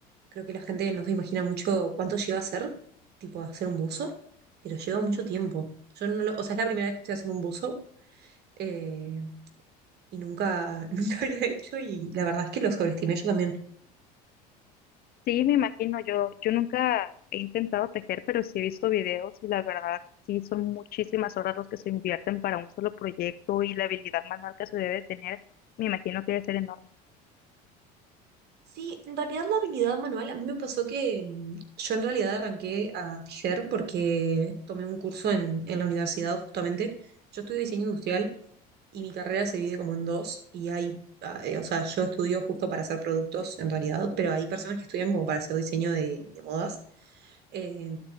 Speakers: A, on the right; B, on the left.
A: Creo que la gente no se imagina mucho cuánto lleva a hacer, tipo a hacer un buzo, pero lleva mucho tiempo. Yo no lo- o sea, es la primera vez que estoy haciendo un buzo eh, y nunca, <laughs> nunca había hecho y la verdad es que lo sobreestimé yo también.
B: Sí, me imagino. Yo, yo nunca he intentado tejer, pero sí he visto videos y la verdad, sí son muchísimas horas los que se invierten para un solo proyecto y la habilidad manual que se debe tener, me imagino que debe ser enorme.
A: Sí, en realidad la habilidad manual, a mí me pasó que mm, yo en realidad arranqué a tejer porque tomé un curso en, en la universidad justamente. Yo estudio diseño industrial y mi carrera se divide como en dos y hay, ah, eh, o sea, yo estudio justo para hacer productos en realidad, pero hay personas que estudian como para hacer diseño de, de modas. Eh,